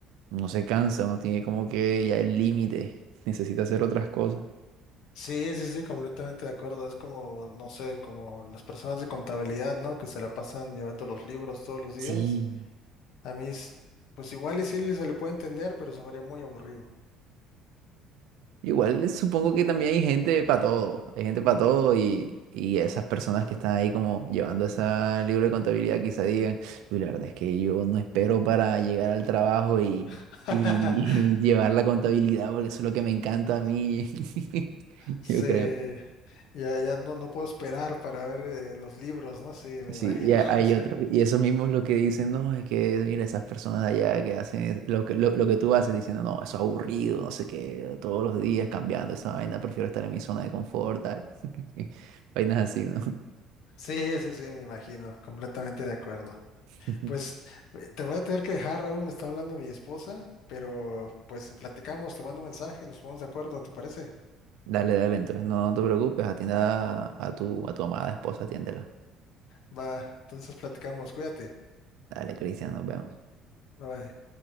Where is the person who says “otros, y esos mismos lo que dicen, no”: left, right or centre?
Right